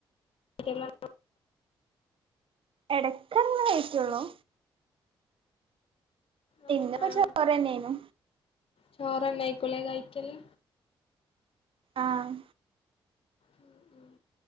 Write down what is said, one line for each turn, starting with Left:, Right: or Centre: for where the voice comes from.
Left: ബാക്കി എല്ലാവർക്കും
Right: എടക്കെന്ന് കഴിക്കെള്ളൂ
Left: ആഹ്
Right: ഇന്നിപ്പോ
Left: ആഹ്
Right: ചോറന്നേനു
Left: ചോറ്ന്നെ ആയിക്കുലേ കഴിക്കല്
Right: ആഹ്
Left: ഉം ഉം